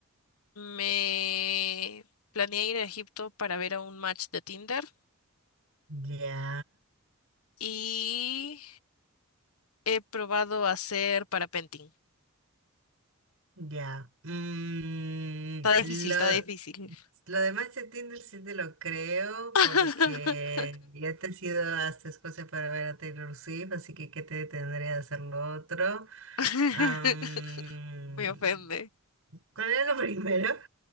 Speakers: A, on the left; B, on the right.
A: me planeé ir a Egipto para ver a un match de Tinder
B: ya,
A: y he probado hacer parapenting.
B: ya. Mm,
A: Está difícil,
B: lo,
A: está difícil.
B: lo demás de Tinder sí te lo creo
A: <laughs>
B: porque ya te has ido hasta Escocia para ver a Taylor Swift, así que ¿qué te detendría de hacer lo otro?
A: <laughs>
B: Am,
A: Me ofende.
B: ¿cuál era lo <laughs> primero?